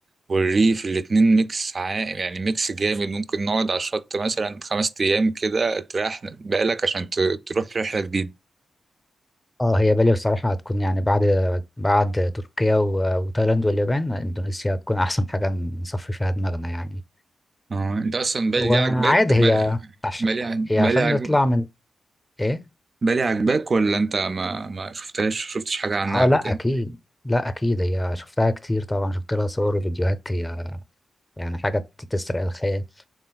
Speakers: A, on the right; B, on the left.
A: والريف الاتنين ميكس عائم يعني ميكس جامد ممكن نقعد على الشط مثلا خمس أيام كده تريح بالك عشان ت- تروح في رحلة جديدة
B: اه هي بالي بصراحة هتكون يعني بعد بعد تركيا و- وتايلاند واليابان اندونيسيا هتكون احسن حاجة نصفي فيها دماغنا يعني
A: اه انت اصلا بالي
B: وعادي
A: دي عاجباك
B: هي
A: بال- بالي عاج-
B: هي
A: بالي
B: عشان
A: عاجباك
B: نطلع من ايه
A: بالي عجباك ولا انت ما ما شفتهاش شفتش حاجة عنها
B: اه
A: قبل
B: لا
A: كده
B: اكيد لا اكيد هي شفتها كتير طبعا شفت لها صور وفيديوهات هي يعني حاجة تسرق الخيال